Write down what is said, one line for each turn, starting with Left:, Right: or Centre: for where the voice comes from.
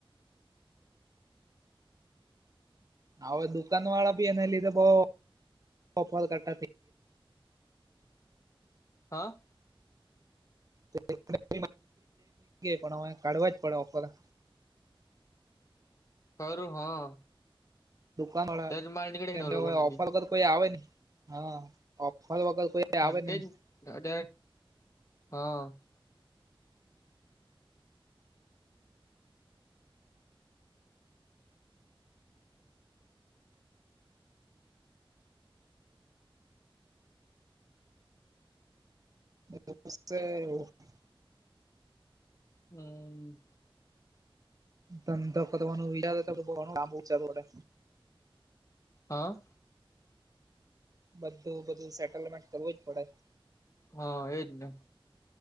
Right: હવે દુકાન વાળા ભી એને લીધે બહું કરતા.
Left: હા?
Right: <unintelligible> પણ કાઢવા જ પડે ઓફર.
Left: કરૂ હા.
Right: દુકાન વાળા
Left: તેજ માલ નીકળે
Right: તેમને
Left: કે લોકોને
Right: ઓફર
Left: બી
Right: વગર કોઈ આવે ને હા, ઓફર વગર કોઈ
Left: <unintelligible>
Right: આવે નહી <unintelligible>
Left: હમ્મ.
Right: ધંધો કરવાનું <unintelligible> તો આબુ ચાલુ પડે.
Left: હા?
Right: બધું બધું સેટલમેન્ટ કરવું જ પડે.
Left: હા, એજ ને.